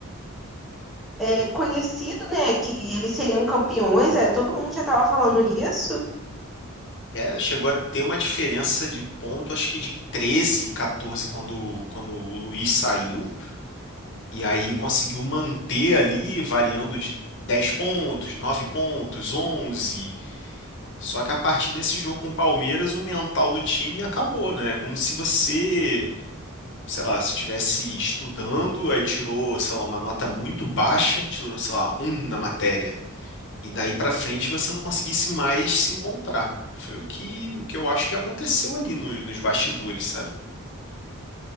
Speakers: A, in the centre; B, on the left.
A: é, conhecido, né? Que eles seriam campeões, é, todo mundo já estava falando isso.
B: é, chegou a ter uma diferença de ponto, acho que de treze 14, quando, quando o Luiz saiu. E aí conseguiu manter ali, variando de 10 pontos, 9 pontos, onze, Só que a partir desse jogo com o Palmeiras, o mental do time acabou, né? É Como se você, sei lá, se estivesse estudando, aí tirou, sei lá, uma nota muito baixa, tirou, sei lá, um na matéria. E daí pra frente você não conseguisse mais se encontrar. Foi o que, o que eu acho que aconteceu ali no- nos bastidores, sabe?